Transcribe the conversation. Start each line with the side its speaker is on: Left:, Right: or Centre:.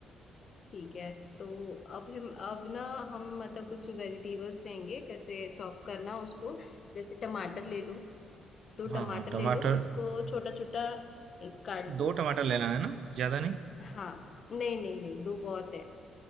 Left: ठीक है तो अब हम अब ना हम मतलब कुछ वेजिटेबल्स लेंगे कैसे चॉप करना उसको जैसे टमाटर ले लो दो
Right: हाँ
Left: टमाटर
Right: हाँ टमाटर
Left: ले लो उसको छोटा छोटा काट
Right: दो
Left: लो
Right: टमाटर लेना है ना ज़्यादा नहीं
Left: हाँ नहीं नहीं नहीं दो बहुत है